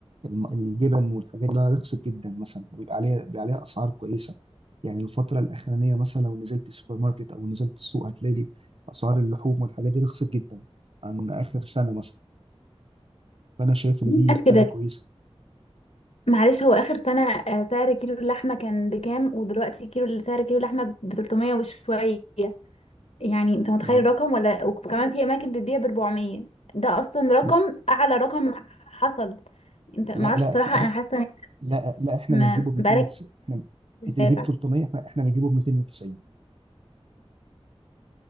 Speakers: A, on the right; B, on the left.
A: الم- الجبن والحاجات دي رخصت جدا مثلا ويبقى عليها بيبقى عليها اسعار كويسه يعني الفتره الاخرانيه مثلا لو نزلت السوبر ماركت او نزلت السوق هتلاقي اسعار اللحوم والحاجات دي رخصت جدا عن اخر سنه مثلا فانا شايف ان
B: مين
A: دي
B: قال كده
A: حاجه كويسه
B: معلش هو آخر سنة آه، سعر كيلو اللحمة كان بكام ودلوقتي كيلو سعر كيلو اللحمة ب 300 وشوية يعني انت متخيل
A: آه.
B: الرقم ولا وكمان في أماكن بتبيع ب 400 ده أصلا رقم
A: لا
B: أعلى رقم حصل انت معرفش
A: لا لا،
B: بصراحة
A: احنا
B: أنا حاسة إن
A: لا لا احنا
B: ما-
A: بنجيبه ب 290
B: بقالك
A: احنا
B: متابع
A: انت بتجيب 300 احنا احنا بنجيبه ب 290